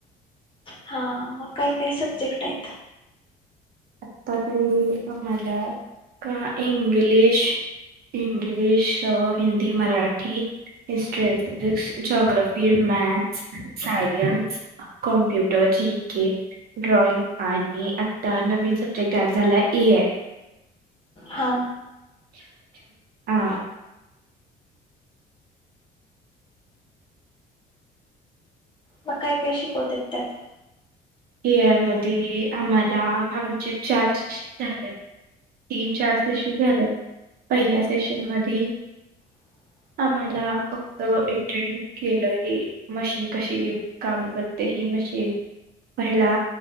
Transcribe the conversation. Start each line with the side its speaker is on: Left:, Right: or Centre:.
Left: हा मग काय काय सब्जेक्ट आहेत?
Right: आता तरी आम्हाला का English English, Hindi, Marathi history, physics, geography, maths, science, computer G K, drawing आणि आता नवीन सब्जे क्ट एड झालाय ए आय.
Left: हा
Right: हा
Left: मग काय काय शिकवतात त्यात?
Right: ए आय मध्ये आम्हाला आमचे चार सेक्शन झालेत. तीन चार सेशन झाल्यात. पहिल्या सेशन मध्ये
Left: <inaudible>
Right: आम्हाला फक्त इंट्रोड्यू केलं की मशीन कशी काम करते ही मशीन पहिला